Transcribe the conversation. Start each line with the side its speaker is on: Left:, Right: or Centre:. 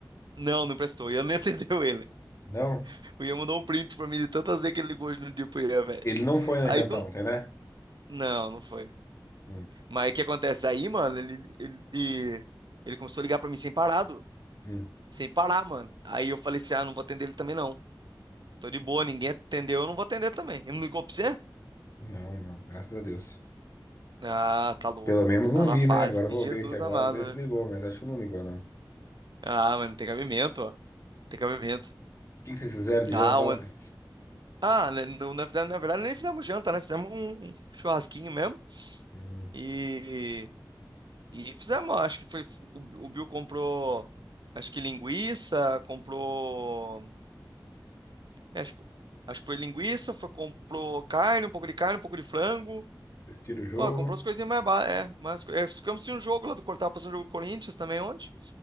Right: Não, não prestou. O Ian nem <laughs> atendeu ele.
Left: Não,
Right: O Ian mandou um print pra mim de tantas vezes que ele ligou hoje no dia pro Ian, velho.
Left: ele não foi na
Right: Aí
Left: janta
Right: do...
Left: ontem, né?
Right: Não, não foi.
Left: Hum,
Right: Mas o que acontece? Aí, mano, ele, ele, ele começou a ligar pra mim sem parado.
Left: hum.
Right: Sem parar, mano. Aí eu falei assim: ah, não vou atender ele também, não. Tô de boa, ninguém atendeu, eu não vou atender também. Ele não ligou pra você?
Left: Não, não, graças a Deus.
Right: Ah, tá louco.
Left: Pelo menos
Right: ó. Tá
Left: não
Right: numa
Left: vi,
Right: fase
Left: né? Agora
Right: que
Left: eu vou
Right: Jesus
Left: ver aqui agora,
Right: amado,
Left: às vezes ligou,
Right: né?
Left: mas acho que não ligou, não. O
Right: Ah, mano, tem cabimento, ó. Tem cabimento.
Left: que que vocês fizeram de
Right: Ah,
Left: janta
Right: on-
Left: ontem?
Right: Ah, né, não, não fizemos, na verdade, nem fizemos janta, né? Fizemos um, um churrasquinho mesmo.
Left: Hum.
Right: E, e fizemos, acho que foi. O, o Bill comprou, acho que linguiça, comprou. é, acho, que foi- acho que foi linguiça, foi- comprou carne, um pouco de carne, um pouco de frango.
Left: Respira o jogo.
Right: Ó, comprou as coisinhas mais ba- é, mas é, ficamos sem um jogo lá do Cortar, passando um jogo do Corinthians também ontem.